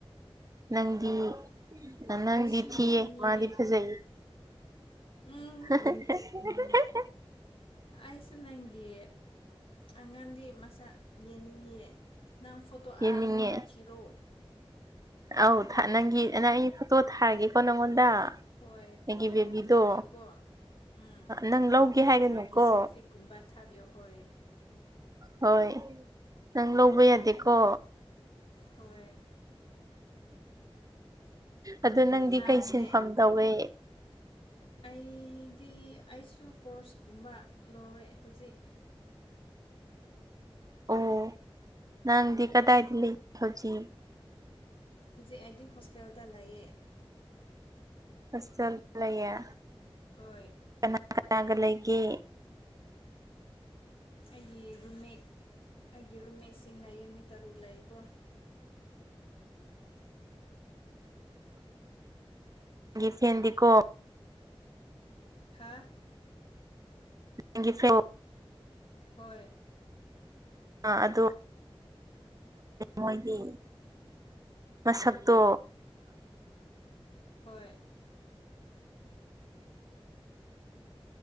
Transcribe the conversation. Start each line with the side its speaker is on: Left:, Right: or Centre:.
Right: ꯅꯪꯗꯤ
Left: ꯑꯣ
Right: ꯑ ꯅꯪꯗꯤ
Left: ꯑꯩꯁꯨ ꯌꯦꯡꯅꯤꯡꯉꯦ
Right: ꯊꯤꯌꯦ ꯃꯥꯗꯤ ꯐꯖꯩ
Left: ꯎꯝ
Right: ꯍꯍꯥ ꯍꯍꯍꯥ
Left: ꯑꯩꯁꯨ ꯅꯪꯒꯤ ꯑꯉꯥꯡꯗꯤ ꯃꯁꯛ ꯌꯦꯡꯅꯤꯡꯑꯦ ꯅꯪ ꯐꯣꯇꯣ ꯑꯥ
Right: ꯌꯦꯡꯅꯤꯡꯉꯦ
Left: ꯑꯩꯉꯣꯟꯗ ꯊꯤꯔꯣ
Right: ꯑꯧ ꯅꯪꯒꯤ ꯅꯪ ꯑꯩ ꯐꯣꯇꯣ ꯊꯥꯔꯒꯦꯀꯣ ꯅꯪꯉꯣꯟꯗ
Left: ꯍꯣꯏ
Right: ꯑꯩꯒꯤ
Left: ꯍꯣꯏ
Right: ꯕꯦꯕꯤꯗꯣ
Left: ꯍꯣꯏ ꯊꯥꯕꯤꯌꯨꯀꯣ ꯎꯝ
Right: ꯅꯪ ꯂꯧꯒꯦ ꯍꯥꯏꯒꯅꯨꯀꯣ
Left: ꯃꯥꯒꯤ ꯁꯦꯜꯐꯤ ꯒꯨꯝꯕ ꯊꯥꯕꯤꯎ ꯍꯣꯏ
Right: ꯍꯣꯏ ꯅꯪ ꯂꯧꯕ ꯌꯥꯗꯦꯀꯣ
Left: ꯍꯣꯏ
Right: ꯑꯗꯨ ꯅꯪꯗꯤ
Left: ꯅꯪꯅꯦ
Right: ꯀꯩ ꯁꯤꯟꯐꯝ ꯇꯧꯋꯦ
Left: ꯑꯩꯗꯤ ꯑꯩꯁꯨ ꯀꯣꯔꯁꯀꯨꯝꯕ ꯂꯧꯔꯦ ꯍꯧꯖꯤꯛ
Right: ꯑꯣ ꯅꯪꯗꯤ ꯀꯗꯥꯏꯗ ꯂꯩꯒꯦ ꯍꯧꯖꯤꯛ
Left: ꯍꯧꯖꯤꯛ ꯑꯩꯗꯤ ꯍꯣꯁꯇꯦꯜꯗ ꯂꯩꯌꯦ
Right: ꯍꯣꯁꯇꯦꯜ ꯂꯩꯌꯦ
Left: ꯍꯣꯏ
Right: ꯀꯅꯥ ꯀꯅꯥꯒ ꯂꯩꯒꯦ
Left: ꯑꯩꯒꯤ ꯔꯨꯝꯃꯦꯠ ꯑꯩꯒꯤ ꯔꯨꯝꯃꯦꯠꯁꯤ ꯂꯩꯌꯦ ꯃꯤ ꯇꯔꯨꯛ ꯂꯩꯌꯦꯀꯣ
Right: ꯑꯩꯒꯤ ꯐꯔꯦꯟꯗꯤꯀꯣ
Left: ꯍꯥꯥ
Right: <unintelligible>
Left: ꯍꯣꯏ
Right: ꯑ ꯑꯗꯣ ꯃꯣꯏꯒꯤ ꯃꯁꯛꯇꯣ
Left: ꯍꯣꯏ